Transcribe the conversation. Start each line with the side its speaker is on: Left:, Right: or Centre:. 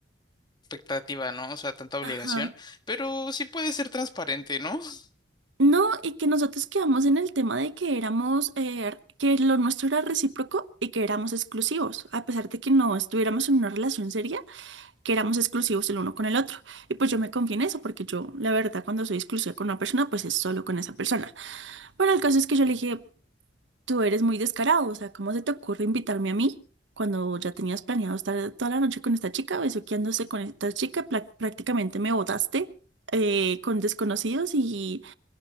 Left: expectativa, ¿no? O sea, tanta
Right: ajá.
Left: obligación, pero sí puede ser transparente, ¿no? <laughs>
Right: No, y que nosotros quedamos en el tema de que éramos, eh, que lo nuestro era recíproco y que éramos exclusivos, a pesar de que no estuviéramos en una relación seria, que éramos exclusivos el uno con el otro. Y pues yo me confié en eso, porque yo, la verdad, cuando soy exclusiva con una persona, pues es solo con esa persona. Bueno, el caso es que yo le dije, Tú eres muy descarado, o sea, ¿cómo se te ocurre invitarme a mí cuando ya tenías planeado estar toda la noche con esta chica, besuqueándose con esta chica? Pla- prácticamente me botaste eh, con desconocidos y,